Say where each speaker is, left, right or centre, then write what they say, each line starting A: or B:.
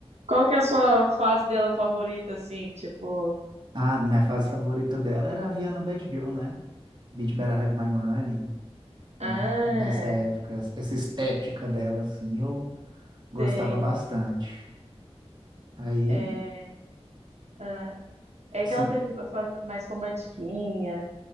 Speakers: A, on the right; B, on the right.
A: Qual que é a sua fase dela favorita, assim? Tipo.
B: Ah, minha fase favorita dela era a Rihanna Bad Girl, né? Beat Better Have My Money,
A: Ah,
B: né? Nessa época, essa estética dela, assim, eu gostava
A: tem.
B: bastante. Aí,
A: É, ah, é
B: sim,
A: que ela teve a fase mais romantiquinha.